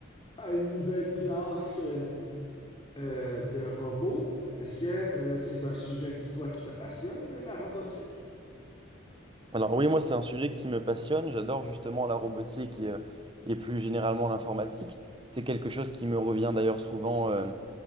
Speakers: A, on the left (about 25°); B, on the right (about 25°).
A: à, à une nouvelle classe euh, euh, de robots? Est-ce que euh, c'est un sujet qui, toi, qui te passionne, la robotique?
B: Alors oui, moi c'est un sujet qui me passionne. J'adore justement la robotique et, euh, et plus généralement l'informatique. C'est quelque chose qui me revient d'ailleurs souvent euh,